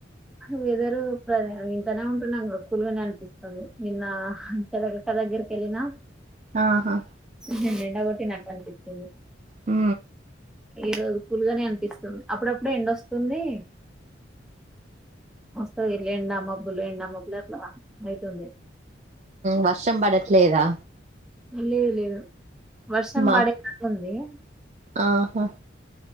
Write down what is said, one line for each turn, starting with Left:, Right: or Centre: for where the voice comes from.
Centre: వెదరు ప్రజె ఇంట్లనే ఉంటున్నాం కదా కూల్గానే అనిపిస్తుంది నిన్నా <inaudible> అక్కదగ్గరికెల్లినా.
Right: ఆహా
Centre: <inaudible> ఎండకొట్టి నట్టు అనిపిచ్చింది.
Right: ఆ
Centre: ఈ రోజు కూల్గనే అనిపిస్తుంది, అప్పుడప్పుడు ఎండొస్తుంది వస్తది ఇట్ల ఎండా మబ్బులు ఎండా మబ్బులు అట్లా అయితుంది.
Right: వర్షం పడట్లేదా?
Centre: లేదు లేదు వర్షం
Right: మా
Centre: పడేటట్లు ఉంది
Right: ఆహా